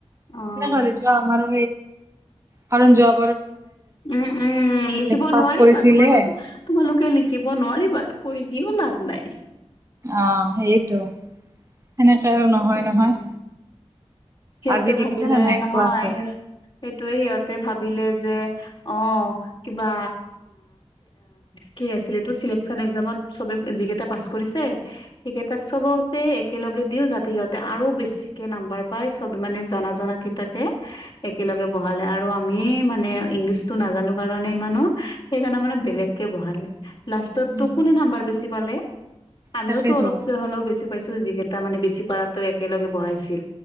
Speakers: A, on the left; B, on the right.
A: অ
B: আৰু কাৰণ যোৱা
A: উম উম লিখিব
B: পাছ
A: নোৱাৰিবা
B: কৰিছিলে
A: তোমালোকে তোমালোকে লিখিব নোৱাৰিবা কৈ দিও লাভ নাই
B: অ সেইটো সেনেকে আৰু নহয়
A: সেইটোৱে।
B: নহয়।
A: সিহঁতে
B: আজি দেখিছে
A: ভাবিলে
B: নে নাই
A: নহয়
B: ক্লাছত
A: স সেইটোয়ে সিহঁতে ভাবি ভাবিলে যে অ কিবা কি আছিল এইটো চিলেকচন একজামত যি কেইটাই পাছ কৰিছে সেইকেইটাক চবকে একেলগে দিও যাতে সিহঁতে আৰু আৰু বেছিকে নাম্বাৰ পাই চব মানে জনা জনা কেইটাকে একেলগে বহালে আৰু আমি মানে ইংলিছতো না নাজানো কাৰণে ইমানো সেইকাৰণে মানে বেলেগকে বহালে লাষ্টত
B: উম,
A: টো কোনে নাম্বাৰ বেছি পালে? আমিওতো
B: তাকেইতো
A: অলপকে হ'লেও বেছি পাইছো যিকেইটা মানে বেছি পাৰাতো একেলগে বহাইছিল।